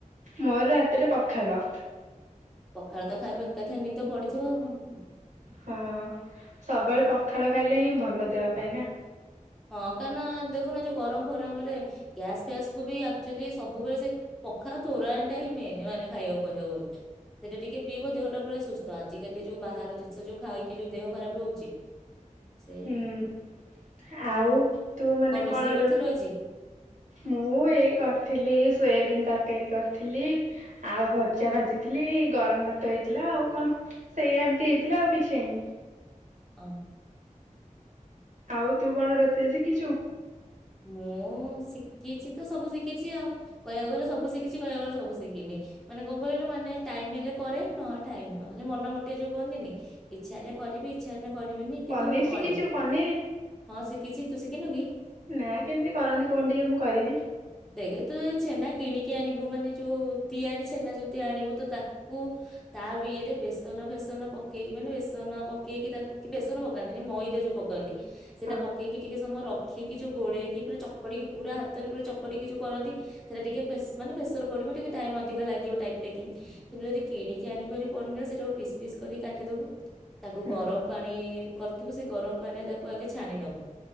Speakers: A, on the right; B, in the centre.
A: ମୋର ରାତିରେ ପଖାଳ।
B: ପଖାଳ ତ ଖାଇବ ଏକାଥେରେ ନିଦ ପଡିଥିବ ଆଉ କଣ।
A: ହଁ ସବେଳେ ପଖାଳ ଖାଇଲେ ହିଁ ଭଲ ଦେହ ପାଇଁ ନା।
B: ହଁ କାରଣ ଦେଖୁନୁ ଏ ଯୋଉ ଗରମ ଫରମରେ ଗ୍ୟାସ୍ ଫ୍ୟାସକୁ ବି ଆକ୍ଚୁଏଲି ସବୁବେଳେ ସେଇ ପଖାଳ ତୋରାଣିଟା ହିଁ ମେନେ ମାନେ ଖାଇଆକୁ କହିବାକୁ ଗଲେ। ସେଇଟା ଟିକେ ପିଇବ ଦେହଟା ପୁରା ସୁସ୍ତ ଆଜିକାଲି ଯୋଉ ବାହାର ଜିନଷ ଯୋଉ ଖାଇକି ଯୋଉ ଦେହ ଖରାପ ହଉଛି। ସେଇଆ
A: ହୁଁ ଆଉ ତୁ ମାନେ
B: ରୋଷେଇ
A: କଣ
B: କରିଥିଲୁ
A: ରୋ
B: ଆଜି?
A: ମୁଁ ଏଇ କରଥିଲି ସୋୟାବିିନ୍ ତରକାରୀ କରଥିଲି। ଆଉ ଭଜା ଭାଜିଥିଲି ଗରମ ଭାତ ହେଇଥିଲା ଆଉ କଣ। ସେଇଆ ଏମତି ହେଇଥିଲା ଆଉ କିଛି ହେଇନି।
B: ଅଁ
A: ଆଉ ତୁ କଣ ରୋଷେଇ ଶିକିଚୁ?
B: ମୁଁ ଶିକିଚି ତ ସବୁ ଶିକିଚି ଆଉ କହିଆକୁ ଗଲେ ସବୁ ଶିକିଚି କହିଆକୁ ଗଲେ ସବୁ ଶିକିନି। ମାନେ କଁ କହିଲୁ ମାନେ ଟାଇମ୍ ହେଲେ କରେ ନହେଲେ ଟାଇମ୍ ନହେଲେ ମନ ମୋଟିଆ ଯୋଉ କୁହନ୍ତିନି ଇଚ୍ଛା ହେଲେ କରିବି ଇଚ୍ଛା ହେନେ କରିବିନି
A: ପନିର
B: କିନ୍ତୁ କରେ
A: ଶିଖିଛୁ ପନିର?
B: ହଁ ଶିକିଚି ତୁ ଶିକିନୁ କି?
A: ନା କେମତି କରନ୍ତି କହୁନୁ ଟିକେ ମୁଁ କରିବି।
B: ଦେଖେ ତୁ ଯଦି ଛେନା କିଣିକି ଆଣିବୁ ମାନେ ଯୋଉ ତିଆରି ଛେନା ଯଦି ଆଣିବୁ ତ ତାକୁ ତା ବି ଇଏରେ ବେସନ ଫେସନ ପକେଇକି ମାନେ ବେସନ ପକେଇକି ତାକୁ କି ବେସନ ପକାନ୍ତିନି ମଇଦା ଯୋଉ ପ କାନ୍ତି ସେଟା
A: ହଁ
B: ପକେଇକି ଟିକେ ସମୟ ରଖିକି ଯୋଉ ଗୋଳେଇକି ପୁରା ଚକଡିକି ପୁରା ହାତରେ ପୁରା ଚ କଡିକି ଯୋଉ କରନ୍ତି ସେଇଟା ଟିକେ ପେସ୍ ମାନେ ପ୍ରେସର ପଡିବ ଟିକେ ଟାଇମ୍ ଅଧିକ ଲାଗିବ ଟାଇପ୍ ଟେକିଂ କିନ୍ତୁ ଯଦି କିଣିକି ଆଣିବ ହାରି ପନିର୍ ସେଇଟାକୁ ପିସ୍ ପିସ୍ କରିକି କାଟିଦବୁ। ତାକୁ
A: ହୁଁ
B: ଗରମ ପାଣି କରିଥିବୁ ସେ ଗରମ ପାଣିରେ ତାକୁ ଆଗେ ଛାଣି ନବୁ।